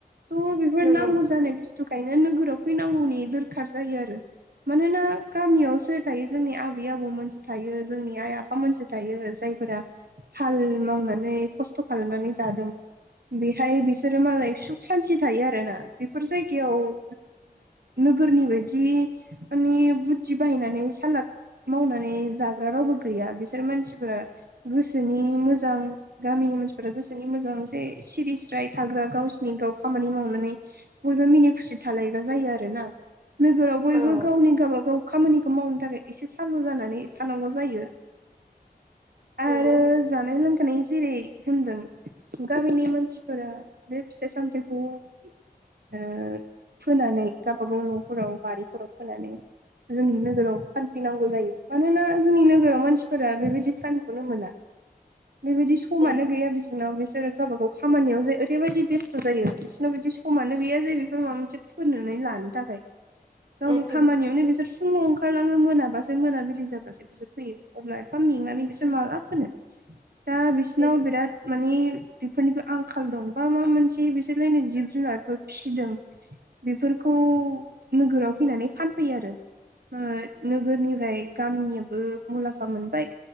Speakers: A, on the right (about 70°); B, on the right (about 30°).
A: त' बेफोर
B: नंगौ
A: नांगौ जानाय बुस्थुखायनो नोगोराव फैनांगौनि दोरखार जायो आरो मानोना गामियाव सोर थायो जोंनि आबै आबौमोनसो थायो जोंनि आइ आफामोनसो थायो। जायफोरा हाल मावनानै खस्थ' खालामनानै जादों। बेहाय बिसोरो मालाय सुख सान्थि थायो आरो ना। बेफोर जायगायाव <unintelligible> ओ नोगोरनि बायदि माने बुद्धि बाहायनानै सालाद मावनानै जाग्रा रावबो गैया बिसोर मानसिफोरा गोसोनि मोजां। गामिनि मानसिफोरा गोसोनि मोजां जे सिरिस स्राय थाग्रा गावसिनि गाव खामानि मावनानै बयबो मिनि खुसि थालायग्रा आरो ना। नोगोराव बयबो
B: औ
A: गावनि गावबा गाव खामानिखौ मावनो थाखाय एसे सालु जानानै थानांगौ जायो। आरो
B: नंगौ
A: जानाय लोंखानाय जेरै होनदों गामिनि मानसिफोरा बे फिथाइ सामथाइखौ ओ फोनानै गावबागाव न' फोराव बारिफोराव फोनानै जोंनि नोगोराव फानफैनांगौ जायो मानोना जोंनि नोगोराव मानसिफोरा बेबायदि टाइमखौनो मोना। बेबायदि समानो
B: उम
A: गैया बिसिनाव बिसोरो गावबाागाव खामानियाव जे ओरैबायदि बेस्थ' जायो बिसोरनाव बिदि समानो गैया जायो बेफोर माबा मोनसे फोनानै लानो थाखाय। गावनि
B: उम
A: खामानियावनो
B: उम
A: बिसोर फुङाव ओंखारलाङो मोनाबासो मोनाबिलि जाबासो बिसोर फैयो अब्ला एफा मेंनानै बिसोर माला फोनो दा बिसिनाव
B: उम
A: बिराद मानिे बेफोरनिबो आंखाल दं बा मा मोनसे बिसोरलायनाय जिब जुनारफोर फिसिदों। बेफोरखौ नोगोराव फैनानै फानफैयो आरो। ओ नोगोरनिफ्राय गामिनियाबो मुलाम्फा मोनबाय।